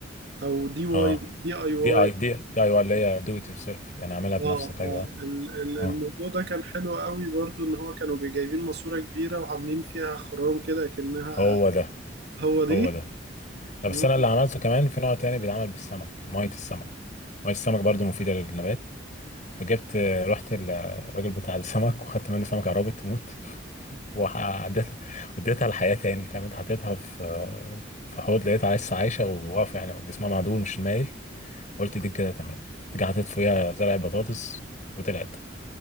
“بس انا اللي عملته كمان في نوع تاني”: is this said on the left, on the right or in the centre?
Left